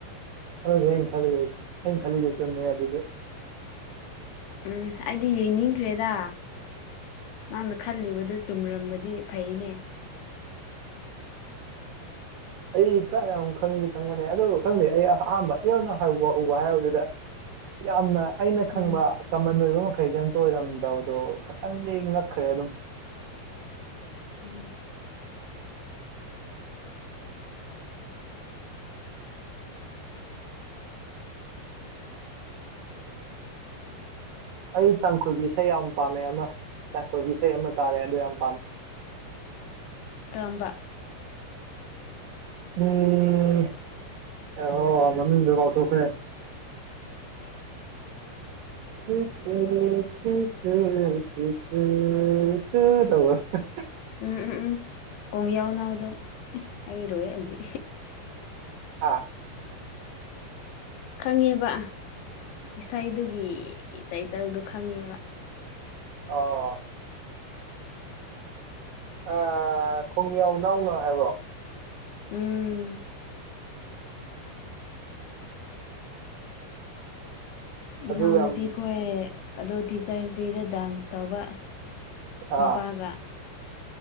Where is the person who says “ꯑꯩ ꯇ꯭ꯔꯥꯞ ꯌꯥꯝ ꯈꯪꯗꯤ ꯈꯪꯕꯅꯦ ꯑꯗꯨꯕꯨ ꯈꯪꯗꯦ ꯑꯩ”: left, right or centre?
Right